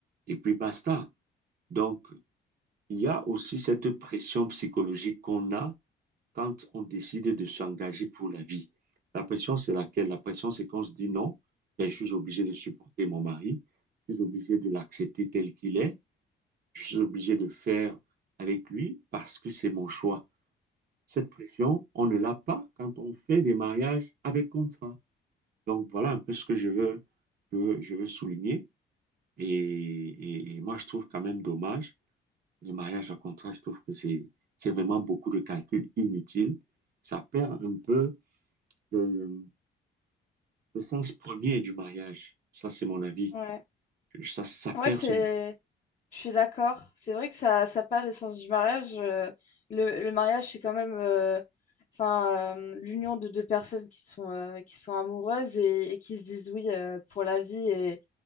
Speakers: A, on the right; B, on the left.
A: Et puis basta. Donc, il y a aussi cette pression psychologique qu'on a quand on décide de s'engager pour la vie. La pression, c'est laquelle? La pression, c'est qu'on se dit non, ben, je suis obligé de supporter mon mari, je suis obligé de l'accepter tel qu'il est, je suis obligé de faire avec lui parce que c'est mon choix. Cette pression, on ne l'a pas quand on fait des mariages avec contrat. Donc voilà un peu ce que je veux, que je veux souligner. Et, et- et moi, je trouve quand même dommage les mariages à contrat. Je trouve que c'est, c'est vraiment beaucoup de calculs inutiles. Ça perd un peu le, le sens premier du mariage. Ça, c'est mon avis.
B: Ouais.
A: Ça, ça perd
B: Ouais, c'est.
A: son...
B: Je suis d'accord. C'est vrai que ça, ça perd l'essence du mariage. euh, Le, le mariage, c'est quand même euh, enfin, euh, l'union de deux personnes qui sont, euh, qui sont amoureuses et, et qui se disent oui euh, pour la vie et,